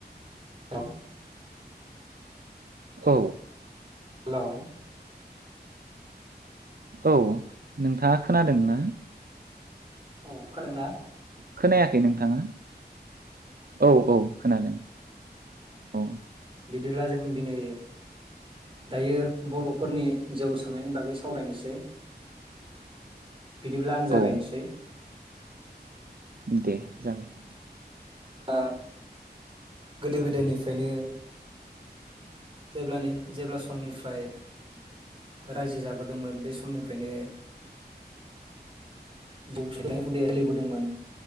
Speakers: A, on the right (about 30°); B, on the right (about 60°).
A: <unintelligible>
B: औ।
A: हेलौ।
B: औ नोंथाङा खोनादों ना?
A: औ। खोनादों ना?
B: खोनायाखै नोंथाङा? औ औ खोनादों औ।
A: दिब्ला जों दिनै दायो बर'फोरनि जौ सोंनायनि बागै सावरायनोसै। बिदिब्ला आं जागायनोसै।
B: औ दे जागाय।
A: दा गोदो गोदायनिफ्रायनो जेब्लानि जेब्ला समनिफ्राय रायजो जाबोदोंमोन बे समनिफ्रायनो जौ संनाय हुदाया सोलिबोदोंमोन।